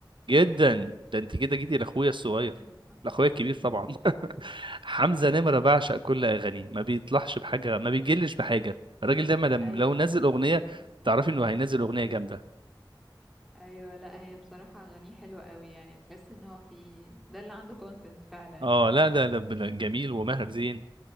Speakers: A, on the right (about 75°); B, in the centre.
A: جدا ده انت كده جيتي لاخويا الصغير
B: <laughs>
A: لاخويا الكبير طبعا <laughs> حمزة نمرة بعشق كل اغانيه ما بيطلعش بحاجة ما بيجلش بحاجة الراجل ده ما لم-
B: ايوه
A: لو نزل
B: لا
A: اغنية
B: بصراحة.
A: تعرفي انه هينزل اغنية جامدة
B: ايوه لا هي بصراحة اغانيه حلوة قوي يعني بتحس ان هو في ده اللي عنده كونتنت فعلا
A: اه
B: يعني
A: لا لا لا بلا- جميل وماهر زين